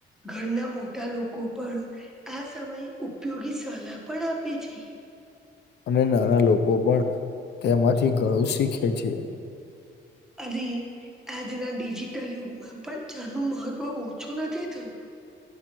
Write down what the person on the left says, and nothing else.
અને નાના લોકો પણ તેમાંથી ઘણું શીખે છે.